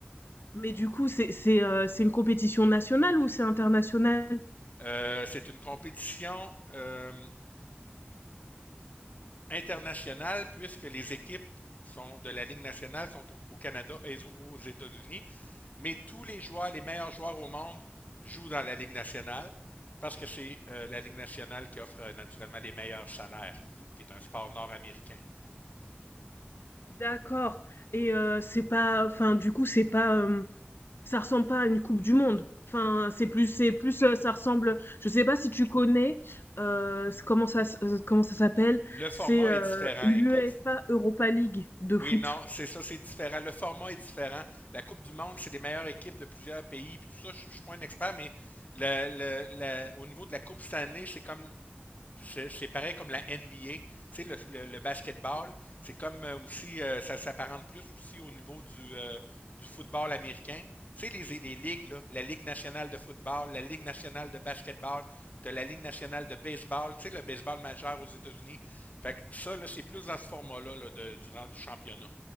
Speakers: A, on the left (about 65°); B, on the left (about 40°).
A: mais du coup, c'est c'est, heu, c'est une compétition nationale ou c'est international?
B: Euh, c'est une compétition euh, international puisque les équipes sont de la Ligue nationale sont au, au Canada et aux États-Unis, mais tous les joueurs, les meilleurs joueurs au monde jouent dans la Ligue nationale parce que c'est euh, la Ligue nationale qui offre euh, naturellement les meilleurs salaires, qui est un sport nord-américain.
A: D'accord et heu, c'est pas enfin, du coup, c'est pas, hem, ça ressemble pas à une coupe du monde? Enfin, c'est plus c'est plus, heu, ça ressemble je sais pas si tu connais, heu, s comment ça s heu, comment ça s'appelle?
B: Le format
A: C'est, heu,
B: est différent.
A: l'UEFA
B: Écoute,
A: Europa League de
B: oui,
A: foot.
B: non, c'est ça, c'est différent. Le format est différent. La Coupe du Monde, c'est les meilleures équipes de plusieurs pays, puis tout ça, je, je suis pas un expert, mais le, le, le, au niveau de la Coupe Stanley, c'est comme c'est pareil comme la NBA. Tu sais, le, le, le basketball, c'est comme euh, aussi, euh, ça s'apparente plus aussi au niveau du, euh, du football américain. Tu sais, les, les ligues, là, la Ligue nationale de football, la Ligue nationale de basketball, de la Ligue nationale de baseball, tu sais, le baseball majeur aux États-Unis. Fait que ça, là, c'est plus dans ce format-là là, de- durant du championnat